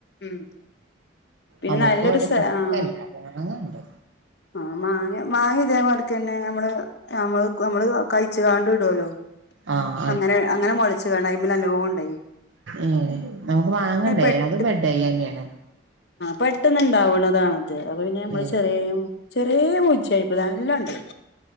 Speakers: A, on the left; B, on the right.
A: ഉം പിന്നെ
B: നമ്മക്ക്
A: നല്ലൊരു
B: ഇവിടെ
A: സ
B: ചക്കല്ല.
A: ആഹ്
B: മാങ്ങണ്ട്
A: ആഹ് മാങ്ങ. മാങ്ങതേമാര്ക്കെന്നെ നമ്മള് നമ്മ നമ്മള് കൈച്ച്കാണ്ട് ഇടോല്ലോ.
B: ആഹ്
A: അങ്ങനെ അങ്ങനെ മൊൾച്ച് കാണ്ടായ് മ്മെ നലോ ണ്ടായിന്
B: ഏ നമുക്ക് വാങ്ങണ്ടേ.
A: പെട്ട്
B: അതും ബെഡയ്യന്നേണ്
A: പെട്ടെന്ന്ണ്ടാവ്ണതാണത് അത് പിന്നെ നമ്മള്
B: ഏഹ്
A: ചെറേ ചെറേ മൊജ്ജയ്പ നല്ലം ണ്ടായി